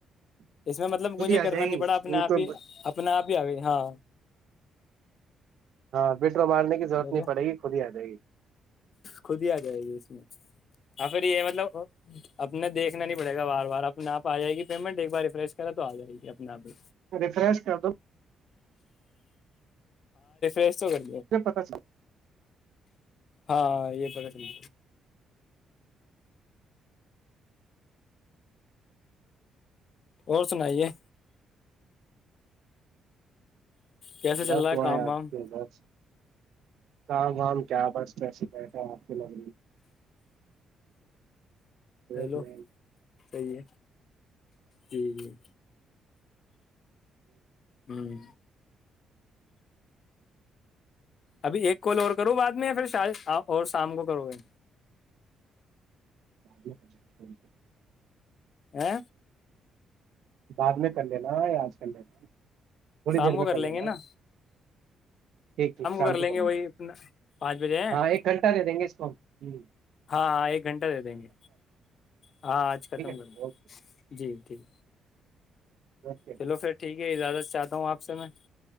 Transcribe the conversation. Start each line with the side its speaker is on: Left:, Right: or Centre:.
Left: اس میں مطلب
Right: خود
Left: مجھے
Right: ہی آ
Left: کرنا
Right: جائے
Left: نہیں
Right: گی
Left: پڑا اپنے
Right: ان
Left: آپ
Right: کو
Left: ہی اپنا آپ ہی آ گئی ہاں
Right: ہاں بیٹ کو مارنے کی رورت
Left: چلو
Right: نہیں پڑے گی خود ہی آ جائے گی
Left: خود ہی آ جائے گی اس میں اور پھر یہ مطلب اپنا دیکھنا نہیں پڑے گا بار بار اپنے آپ آ جائے گی پیمنٹ ایک بار ریفریش کرا تو آ جائے گی اپنے آپ ہی
Right: ریفریش کر دو
Left: <unintelligible> سو گڑ
Right: مجھے پتا چل
Left: ہاں یہ پت سمجے اور سنائیے کیسے چل
Right: دس
Left: رہا
Right: د
Left: ہے
Right: آیں
Left: کام وام
Right: دس کام نام کیا پرس کیا شکایت ہے آپ کے لگ دیکھ
Left: ہیلو
Right: رہے
Left: صحیح ہے جی جی ہوں ابھی ایک کال اور کرو بعد میں پھر شاید اور شام کو کرو گے
Right: ب
Left: ا
Right: بعد میں کلین یاار کلےین ہولیدر
Left: شام کو
Right: ب
Left: کر لیں
Right: الین
Left: گے نا
Right: ٹھیک ٹھیک شام
Left: کر لیں
Right: کو کما
Left: گے وہی
Right: گا
Left: اپنا پانچ بجے ہیں
Right: ہاں ایک گھنٹہ دے دیں گے اس کو ہم جی
Left: ہاں ہاں ایک گھنٹہ دے دیں گے ہاں آج
Right: ٹھیک
Left: ختم
Right: ہے
Left: کر د
Right: اوکے
Left: جی ٹھیک
Right: اوکے
Left: چلو پھر ٹھیک ہے زیادہ چاہتا ہوں آپ سے میں